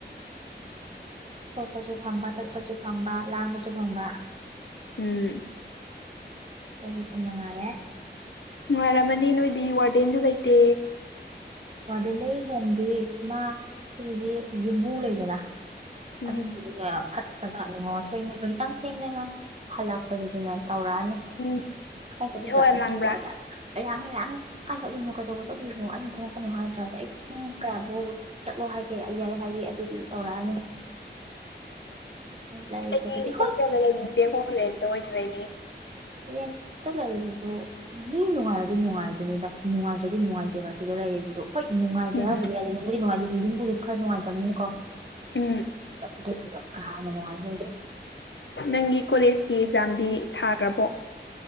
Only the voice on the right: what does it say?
ꯊꯣꯛꯄꯁꯨ ꯐꯪꯕ ꯆꯠꯄꯁꯨ ꯐꯪꯕ ꯂꯥꯡꯕꯁꯨ ꯐꯪꯕ
ꯒꯤꯇꯤꯟꯕꯉꯥꯏꯔꯦ
ꯋꯥꯔꯗꯦꯟꯗꯒꯤ ꯍꯦꯟꯕꯤ ꯃꯥ ꯁꯤꯗꯤ ꯌꯨꯝꯃꯨ ꯂꯩꯗꯅ
ꯑꯗꯨꯗꯤꯅꯦ ꯐꯠꯇ ꯆꯠꯅꯤꯡꯉꯣ ꯊꯦꯡꯅꯕ ꯈꯤꯇꯪ ꯊꯦꯡꯅꯒ ꯍꯜꯂꯛꯄꯒꯤꯁꯨꯅꯦ ꯇꯧꯔꯛꯑꯅꯤꯥꯏ
ꯆꯠꯂ
ꯑꯗꯨ
ꯑꯗ ꯑꯍꯥꯡꯔꯥꯡ ꯀꯥꯏ ꯆꯠꯂꯨꯏꯅꯣ ꯀꯩꯗꯧꯕ ꯆꯠꯂꯨꯏꯅꯣ ꯑꯝ ꯊꯦꯡꯉꯛꯄꯅꯣ ꯍꯥꯏꯗ꯭ꯔꯁ ꯑꯩ ꯅꯪ ꯀꯌꯥꯕꯨ ꯆꯠꯂꯣ ꯍꯥꯏꯒꯦ ꯑꯩ ꯍꯥꯏ ꯑꯗꯨ ꯇꯧꯔꯛꯑꯅꯤ ꯂꯩꯕꯗꯗꯤ
ꯍꯣꯏ
ꯍꯦꯟꯇ ꯂꯩꯗꯣ ꯃꯤ ꯅꯨꯡꯉꯥꯏꯔꯗꯤ ꯅꯨꯡꯉꯥꯏꯗꯨꯅꯤꯗ ꯅꯨꯡꯉꯥꯏꯇ꯭ꯔꯗꯤ ꯅꯨꯡꯉꯥꯏꯇꯦꯕ ꯁꯤꯗ ꯂꯩꯔꯤꯗꯣ ꯍꯣꯏ ꯅꯨꯡꯉꯥꯏꯗꯦ
ꯍꯥꯏꯕꯗꯤ ꯌꯥꯗꯤ ꯅꯕꯨꯗꯤꯅꯨꯡꯉꯥꯏꯇꯦꯁꯨ ꯌꯨꯝꯕꯨꯗꯨꯗꯤ ꯈꯔ ꯅꯨꯡꯉꯥꯏꯇꯕꯅꯤꯀꯣ
ꯆꯠꯊꯣꯛꯕ ꯀꯥ ꯍꯥꯟꯅ ꯅꯨꯡꯉꯥꯏꯕ ꯑꯣꯏꯔꯦ